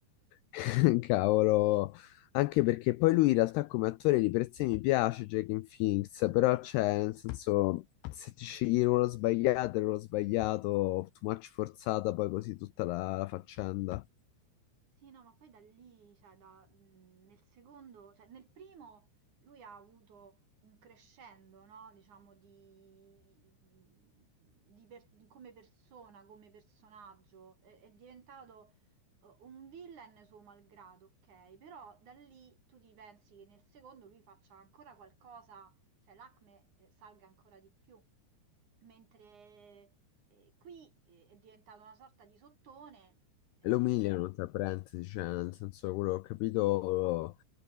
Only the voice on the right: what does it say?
Sì, no, ma poi da lì, cioè da- mh, nel secondo, cioè nel primo lui ha avuto un crescendo, no? Diciamo di, mhmm, di per- come persona, come personaggio, è, è diventato eh, un villain suo malgrado, ok? Però da lì tu ti pensi che nel secondo lui faccia ancora qualcosa, cioè l'acme eh, salga ancora di più, mentre eh, qui eh, è diventato una sorta di sottone. Eh,